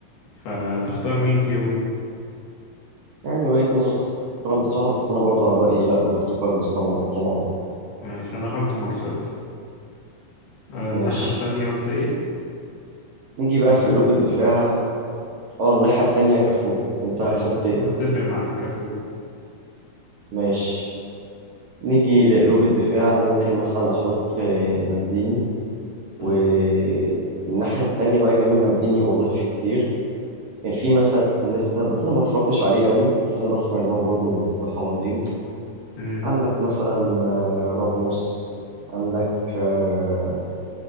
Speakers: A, on the left (about 75°); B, on the right (about 70°).
A: فتختار مين فيهم
B: يعني وجهه نظر تحترم بصراحه بس انا برضو على رايي لا روبرتو كارلوس طبعا طبعا
A: ماشي أنا هحط مارسيلو آه،
B: ماشي
A: الناحية التانية قلت إيه
B: نيجي بقى
A: كافو
B: في قلوب الدفاع اه الناحيه التانيه كافو انت
A: ماشي
B: هتحط
A: مت-
B: ايه
A: متفق معاك كافو
B: ماشي نيجي لقلوب الدفاع انا ممكن مثلا احط آه، مالديني والناحيه
A: مم.
B: التانيه بقى جنب مالديني والله في كتير كان يعني في مثلا نيستا بس انا ما اتفرجتش عليه قوي بس انا بسمع ان هو برضه مدافع عظيم
A: مم.
B: عندك مثلا آه، راموس عندك آه،